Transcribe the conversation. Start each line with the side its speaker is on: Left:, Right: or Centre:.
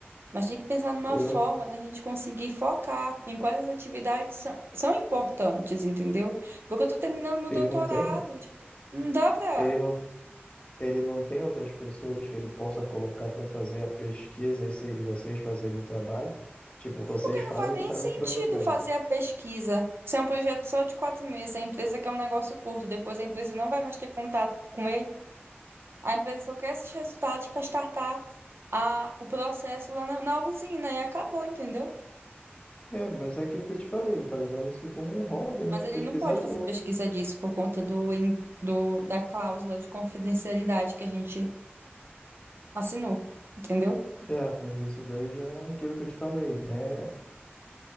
Right: Mas tem que pensar numa
Left: Ele
Right: forma
Left: não,
Right: da gente conseguir focar em quais as atividades são, são importantes, entendeu? Porque eu tô terminando meu
Left: ele
Right: doutorado,
Left: não tem,
Right: tipo, não dá pra.
Left: ele não, ele não tem outras pessoas que ele possa colocar para fazer a pesquisa e se- e vocês fazerem o trabalho. Tipo, vocês
Right: Porque
Left: fazem
Right: não faz nem
Left: o que está
Right: sentido
Left: no cronograma.
Right: fazer a pesquisa. Se é um projeto só de quatro meses, a empresa quer um negócio curto, depois a empresa não vai mais ter contato com ele. A empresa só quer esses resultados para startar a, o processo lá na, na usina e acabou, entendeu?
Left: É, mas é aquilo que eu te falei, ele tá levando isso como um hobby,
Right: Mas
Left: né? Pesquisador.
Right: ele não pode fazer pesquisa disso por conta do, en- do da cláusula de confidencialidade que a gente assinou, entendeu?
Left: É, mas isso daí já é aquilo que eu te falei. É,